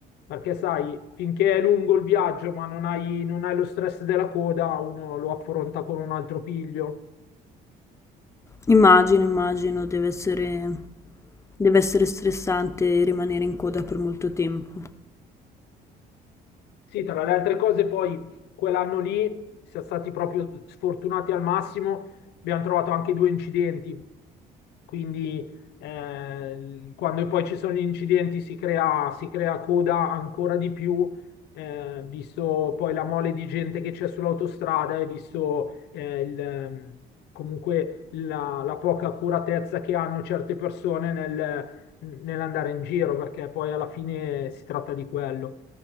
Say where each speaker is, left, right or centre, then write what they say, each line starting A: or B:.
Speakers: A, on the left; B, on the left.
A: Perché sai, finché è lungo il viaggio, ma non hai, non hai lo stress della coda, uno lo affronta con un altro piglio.
B: Immagino, immagino, deve essere, deve essere stressante rimanere in coda per molto tempo.
A: Sì, tra le altre cose, poi quell'anno lì siamo stati proprio sfortunati al massimo, abbiamo trovato anche due incidenti, quindi eh, quando poi ci sono gli incidenti si crea, si crea coda ancora di più, eh, visto poi la mole di gente che c'è sull'autostrada e visto eh, il, comunque la, la poca accuratezza che hanno certe persone nel- nell'andare in giro, perché poi alla fine si tratta di quello.